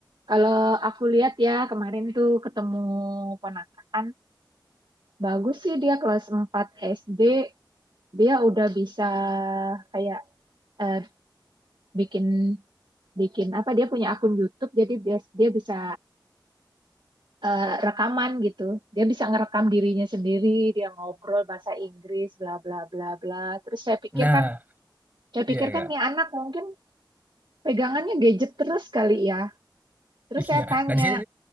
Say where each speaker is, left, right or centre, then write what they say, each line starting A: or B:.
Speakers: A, on the right; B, on the right.
A: kalau aku lihat ya kemarin tuh ketemu ponakan, bagus sih dia kelas 4 SD, dia udah bisa kayak eh, bikin bikin apa dia punya akun YouTube jadi dia dia bisa eh, rekaman gitu dia bisa ngerekam dirinya sendiri dia ngobrol bahasa Inggris bla bla bla bla terus saya pikir
B: Nah,
A: kan saya
B: iya
A: pikir kan
B: kak.
A: nih anak mungkin pegangannya gadget terus kali ya terus
B: Iya.
A: saya tanya
B: Nah di sini,